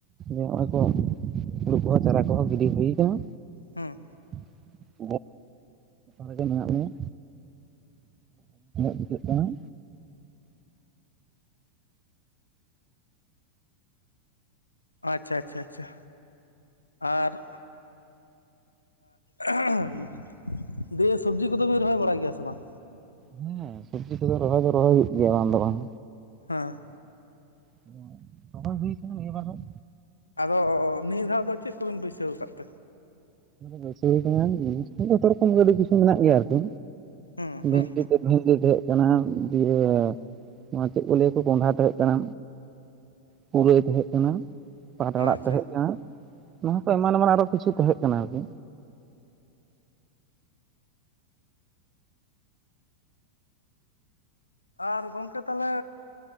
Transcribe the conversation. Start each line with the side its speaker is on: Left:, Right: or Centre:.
Right: ᱱᱚᱜ-ᱚᱭ‌ ᱠᱚ᱾ ᱦᱩᱲᱩ ᱠᱚᱦᱚᱸ ᱪᱟᱨᱟ ᱠᱚᱦᱚᱸ ᱜᱤᱰᱤ ᱦᱩᱭ ᱟᱠᱟᱱᱟ,
Left: ᱦᱩᱸ
Right: <inaudible> ᱨᱮᱜᱮ ᱢᱮᱱᱟᱜ ᱞᱤᱧᱟ <inaudible>
Left: ᱟᱪᱪᱷᱟ ᱟᱪᱪᱷᱟ ᱟᱪᱪᱷᱟ ᱟᱨ, ᱦᱮᱸ ᱫᱤᱭᱮ ᱥᱚᱵᱡᱤ ᱠᱚᱫᱚᱵᱤᱱ ᱨᱚᱦᱚᱭ ᱵᱟᱲᱟᱭ ᱜᱮᱭᱟ ᱥᱮ ᱵᱟᱝ,
Right: ᱦᱮᱸ ᱥᱚᱵᱽᱡᱤ ᱠᱚᱫᱚ ᱨᱚᱦᱚᱭ ᱫᱚ ᱨᱚᱦᱚᱭ ᱦᱩᱭᱩᱜ ᱜᱮᱭᱟ ᱵᱟᱝ ᱫᱚ ᱵᱟᱝ,
Left: ᱦᱮᱸ
Right: ᱦᱮᱸ ᱨᱚᱦᱚᱭ ᱦᱩᱭ ᱟᱠᱟᱱᱟ ᱱᱤᱭᱟᱵᱟᱨ ᱦᱚᱸ
Left: ᱟᱫᱚ ᱱᱤᱭᱟᱹ ᱫᱷᱟᱣ ᱫᱚ ᱪᱮᱫ ᱠᱚᱵᱤᱱ ᱵᱟᱹᱭᱥᱟᱹᱣ ᱟᱠᱟᱫ ᱛᱮ,
Right: ᱵᱟᱹᱭᱠᱟᱹᱣ ᱦᱩᱭ ᱠᱟᱱᱟ ᱡᱚᱛᱚ ᱨᱚᱠᱚᱢ ᱜᱮ ᱟᱹᱰᱤ ᱠᱤᱪᱷᱩ ᱢᱮᱱᱟᱜ ᱜᱮᱭᱟ ᱟᱨᱠᱤ,
Left: ᱦᱩᱸ
Right: ᱵᱷᱮᱲᱰᱤ
Left: ᱦᱩᱸ
Right: ᱠᱚ ᱵᱷᱮᱱᱰᱤ ᱠᱚ, ᱠᱟᱱᱟ ᱫᱤᱭᱮ ᱱᱚᱣᱟ ᱪᱮᱫ ᱠᱚ ᱞᱟᱹᱭᱟ ᱠᱚ ᱠᱚᱸᱰᱷᱟ ᱛᱟᱦᱮᱸᱜ ᱠᱟᱱᱟ, ᱯᱩᱨᱟᱹᱭ ᱛᱟᱦᱮᱸᱜ ᱠᱟᱱᱟ, ᱯᱟᱴ ᱟᱲᱟᱜ
Left: ᱟᱪᱪᱷᱟ
Right: ᱛᱟᱦᱮᱸ ᱠᱟᱱᱟ ᱱᱚᱣᱟ ᱠᱚ ᱮᱢᱟᱱ ᱮᱢᱟᱱ ᱟᱨᱚ ᱠᱤᱪᱷᱩ ᱛᱟᱦᱮᱸ ᱠᱟᱱᱟ ᱟᱨᱠᱤ,
Left: ᱟᱨ ᱜᱚᱝᱠᱮ ᱛᱟᱦᱚᱞᱮ